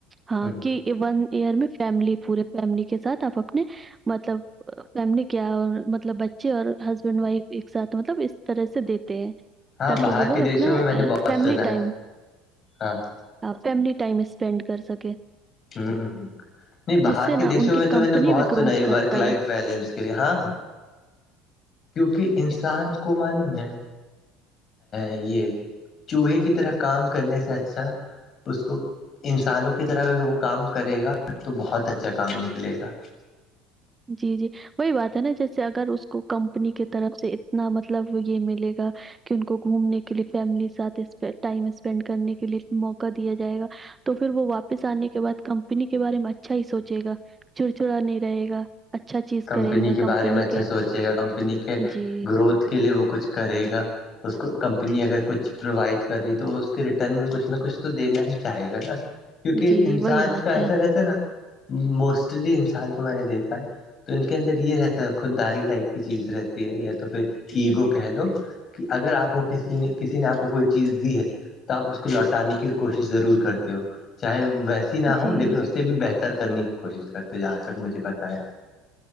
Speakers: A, on the right; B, on the left.
A: ہاں
B: ہ
A: کہ ون ایئر میں فیملی پورے فیملی کے ساتھ آپ اپنے مطلب فیملی کیا اور مطلب بچے اور ہسبینڈ وائف ایک ساتھ مطلب اس طرح سے دیتے ہیں
B: ہاں
A: تاکہ
B: باہر
A: وہ لوگ
B: کے دیشوں
A: اپنا
B: میں میں نے بہت
A: فیملی
B: سنا
A: ٹائم
B: ہے ہاں
A: آپ فیملی ٹائم اسپینڈ کر سکے
B: ہ نہیں باہر
A: سے
B: کے
A: نا
B: دیشوں
A: ان کی
B: میں
A: کمپنی
B: تو میں نے بہت
A: بھی گروتھ
B: سنائی
A: کرتا
B: بک لائف
A: ہے۔
B: بیلنس کے لیے ہاں کیونکہ انسان کو معلوم ہے یہ چوہے کی طرح کام کرنے سے اچھا اس کو انسانوں کی طرح اگر وہ کام کرے گا تو بہت اچھا کام نکلے گا
A: جی جی وہی بات ہے نا جیسے اگر اس کو کمپنی کی طرف سے اتنا مطلب یہ ملے گا کہ ان کو گھومنے کے لیے فیملی سات ٹائم اسپینڈ کرنے کے لیے موقع دیا جائے گا تو پھر وہ واپس آنے کے بعد کمپنی کے بارے میں اچھا ہی سوچے گا چڑچڑا نہیں رہے گا اچھا چیز
B: کمپنی
A: کرے گا
B: کے
A: کمپنی
B: بارے میں اچھا
A: کے
B: سوچے گا کمپنی کے
A: جی،
B: گروتھ کے لیے وہ کچھ کرے گا اس کو کمپنی اگر کچھ پرووائڈ کری تو اس کے ریٹرن میں کچھ نہ کچھ تو دینا ہی چاہے گا نا کیونکہ
A: جی،
B: انسان
A: وہی بات
B: کا ایسا رہتا ہے نا موسٹلی انسان کو میں نے دیکھا ہے تو ان کے اندر یہ رہتا ہے خود داری ٹائپ کی چیز رہتی ہے یا تو پھر ایگو کہہ لو کہ اگر آپ کو کسی نے کسی نے آپ کو کوئی چیز دی ہے تو آپ اس کو لوٹانے کی کوشش ضرور کرتے ہو چاہے وہ ویسے نہ ہو
A: جی،
B: لیکن اس سے بھی بہتر کرنے کی کوشش کرتے جہاں تک مجھے پت ہے